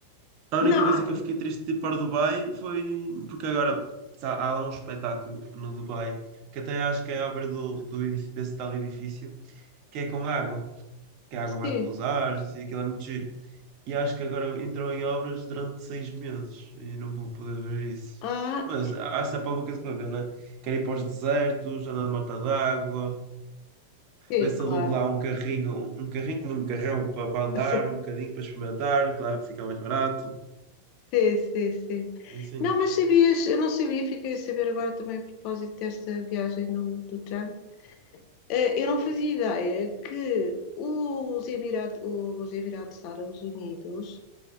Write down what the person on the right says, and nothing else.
A única
coisa que eu fiquei triste de ir para o Dubai foi porque agora tá- há lá um espetáculo no Dubai que até acho que é obra do, do edif- desse tal edifício que é com água, que a água
vai pelos ares e aquilo é muito giro. e acho que agora entrou em obras durante seis meses e não vou poder ver isso.
Mas há sempre alguma coisa para ver, né? Quero ir para os desertos, andar na mata d'água,
ver se
alugo lá um carrinho, um carrinho, não, um carrão para, para andar,
um bocadinho para experimentar, claro que fica mais barato.
E sim.